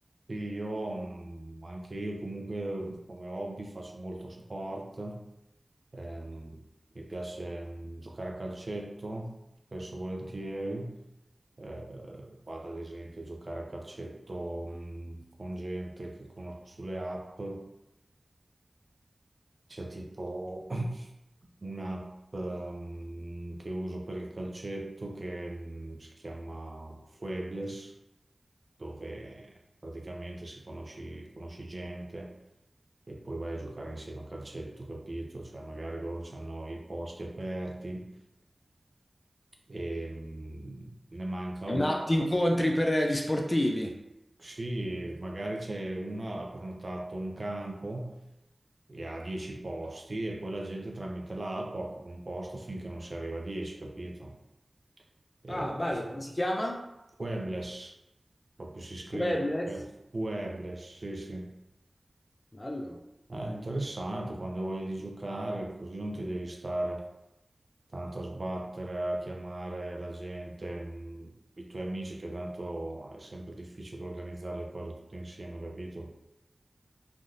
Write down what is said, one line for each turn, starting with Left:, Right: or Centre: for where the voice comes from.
Right: Sì, Io, mh, anche io comunque mm, come hobby faccio molto sport, Ehm, mi piace mh, giocare a calcetto, spesso e volentieri, Eh, vado ad esempio a giocare a calcetto mh, con gente che conosco sulle app, c'è tipo <laughs> un'app ehm, che uso per il calcetto che mm, si chiama Fuebles, dove praticamente si conosci, conosci gente e poi vai a giocare insieme a calcetto, capito? Cioè magari loro hanno i posti aperti e mm, ne manca
Left: È
Right: uno.
Left: un'app di incontri per gli sportivi.
Right: Sì, e magari c'è una ha prenotato un campo e ha 10 posti e poi la gente tramite l'app occupa un posto finché non si arriva a 10, capito? E
Left: Ah, bello. Come si chiama?
Right: Webless, proprio si scrive
Left: Webless.
Right: Webless, sì, sì.
Left: Bello.
Right: È interessante quando hai voglia di giocare, così non ti devi stare tanto a sbattere, a chiamare la gente, mh, i tuoi amici, che tanto è sempre difficile organizzare le cose tutte insieme, capito?